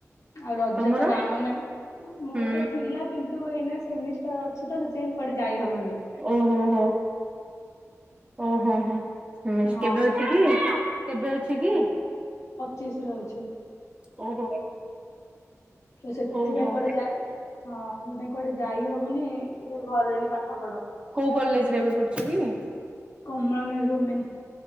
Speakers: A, on the left; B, on the right.
A: ଆଉ ରଜ
B: ତମର?
A: ତ ଗାଁ ମାନେ ମୁଁ
B: ହୁଁ
A: ତ ଥିଲା କି ତୁ ଏଇନା ସେମିଷ୍ଟାର ଅଛି ତ ସେଥିପାଇଁ କୁଆଡେ ଯାଇ ହବନି
B: ଓହୋ ହୋ ଓହୋ ହୋ
A: ହଁ
B: କେବେ ଅଛି କି କେବେ ଅଛି କି
A: ଚିଶ ରେ ହଉଛି
B: ଓହୋ
A: ତ ସେଥି
B: ଓହୋ
A: ଭାଇଁ କୁଆଡେ ଯାଏ ହଁ ସେ ନାଇ କୁଆଡେ ଯାଇ ହବନି ସେ ଘରେ ରହୀକି ପାଠ ପଢ।
B: କୋଉ କଲେଜ ରେ ଏବେ ପଡୁଛି କି
A: କମଳ ନ ରୁମେ